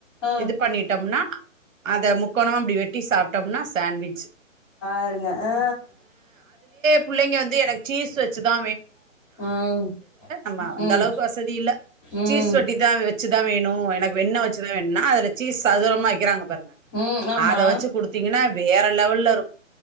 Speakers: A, on the left (about 20°); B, on the right (about 75°).
A: ஆ ஆ
B: இது பண்ணிட்டம்னா அத முக்கோணமா அப்டி வெட்டி சாப்ட்டோம்னா சாண்ட்விச்சு
A: பாருங்க ஆ
B: புள்ளைங்க வந்து எனக்கு சீஸ் வச்சுதா
A: அ ம்
B: ஆமா அந்தளவுக்கு
A: ம்
B: வசதி இல்ல
A: ம்
B: சீஸ் வெட்டிதா வச்சுதா வேணு எனக்கு வெண்ண வச்சுதா வேணும்னா அதுல சீஸ் சதுரமா வைக்கிறாங்க பாருங்க
A: ம் ஆமா
B: அத வச்சு குடுத்தீங்கன்னா வேற லெவல்லருக்கு